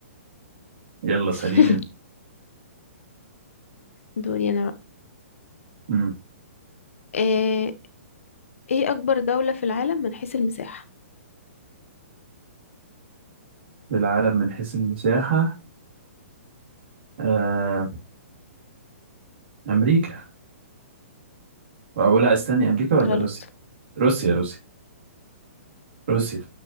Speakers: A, on the right (about 45°); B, on the left (about 65°).
A: يلا
B: <laughs>
A: سأليني انت
B: دوري انا بقى
A: مم.
B: آه، ايه اكبر دولة في العالم من حيث المساحة
A: العالم من حيث المساحة آه. امريكا او لا استني امريكا ولا
B: غلط
A: روسيا روسيا روسيا روسيا